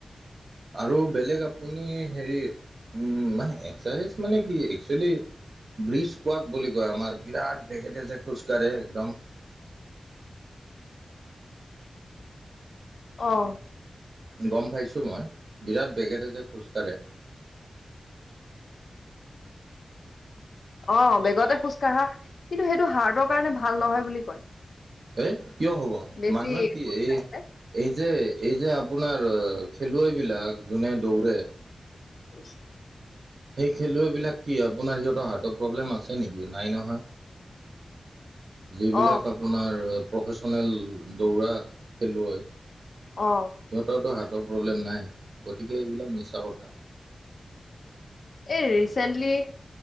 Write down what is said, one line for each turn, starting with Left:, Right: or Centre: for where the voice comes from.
Right: আৰু বেলেগ আপুনি হেৰি উম নাই এক্সাৰাইজ মানে কি এক্সৱেলি- ব্ৰিজ কোৱাক বুলি কয় আমাৰ বিৰাট বেগেতেজে খোজকাঢ়ে একদম।
Left: অ'
Right: গম পাইছো মই বিৰাট, বেগেৰে যেে খোজ কাঢ়ে।
Left: অ' বেগতে খোজকাঢ়া কিন্তু সেইটো হাৰ্টৰ কাৰণে ভাল নহয় বুলি কয়।
Right: ধেৎ কিয় হ'ব
Left: বেছি
Right: মানুহে কি
Left: খোজ
Right: এই
Left: কাঢ়িলে
Right: -এই যে এই যে আপোনাৰ খেলুৱৈ বিলাক যোনে দৌৰে।
Left: <inaudible>
Right: সেই খেলুৱৈবিলাক কি আপোনাৰ সিহঁতৰ হাৰ্টৰ প্ৰব্লেম আছে নেকি নাই নহয়। যিবিলাক
Left: অ
Right: আপোনাৰ প্ৰফেশচনেল দৌৰা খেলুৱৈ। সিহঁতৰতো
Left: অ
Right: হাৰ্টৰ। প্ৰব্লেম নাই গতিকে এইবিলাক মিছা কথা।
Left: এই ৰিচেন্টলি